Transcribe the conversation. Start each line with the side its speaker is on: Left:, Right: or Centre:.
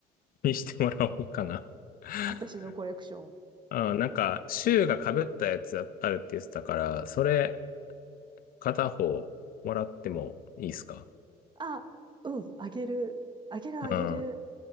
Left: ーにしてもらおうかな。<laughs>
Right: 私のコレクション。
Left: あー、なんか、シューが被ったやつあるって言ってたから、それ、片方もらってもいいですか
Right: あ、うん。あげる。あげるあげる。
Left: うん。